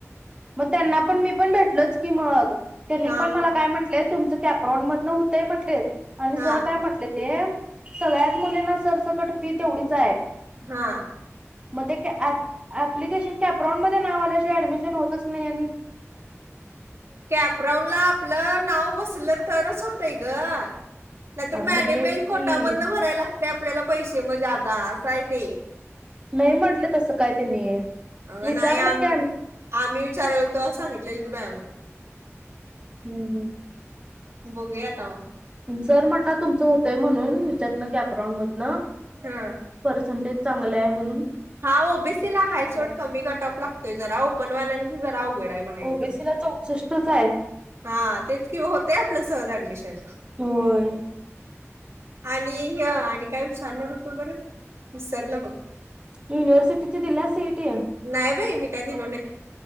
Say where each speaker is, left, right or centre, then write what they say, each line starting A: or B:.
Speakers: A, on the right; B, on the right.
A: मग त्यांना पण मी पण भेटलोच की मग, त्यांनी
B: हा
A: पण मला
B: म
A: काय म्हटलेत? तुमचं कॅप्रॉन मधन होतंय म्हटलेत. आणि
B: हा
A: सर काय म्हटले? ते सगळ्याच मुलींना सरसकट फी तेवढीच हाय.
B: हा.
A: मग ते ॲप ॲपप्लिकेशन कॅप राऊंड मध्ये नाव आल्याशिवाय ऍडमिशन होत च नाही आणि
B: कॅपराउन ला आपलं नाव बसल तरच होतय गं नाही तर
A: अगं
B: मॅनेमेज
A: मग तेच की
B: कोटामधन भराय लाग ते आपल्याला पैसे मग ज्यादा अस हाय ते.
A: नाही म्हटलं तसं काय त्यांनी.
B: अगं
A: विचारलं
B: नाही, आम्ही
A: की
B: आम्ही विचारल् त सांगितलेली बाय आम्हाला.
A: हम्म हम्म.
B: बघूया आता मग.
A: सर म्हंटला तुमचं होतंय म्हणून ह्याच्यातन कॅपराऊंड मधनं.
B: हा
A: परसेंटेज. चांगलं आहे म्हणून
B: हा ओबीसी ला
A: बरोबर
B: हाय सोड कमी
A: म्हटलं
B: कटऑप लागतोय जरा ओ् पणवाल्यांच जरा अवघड. काय म्हणायचं.
A: ओबीसीला चौसष्टच आहे
B: हा तेच कि होतय आपलं सहज ॲड् मिशन.
A: होय.
B: आणि हे आणि काय विचारणार होतो बरं विसरलो बघ.
A: युनिवर्सिटीच दिल्यास सीईटी.
B: नाही बाई मी काय दिलो नाही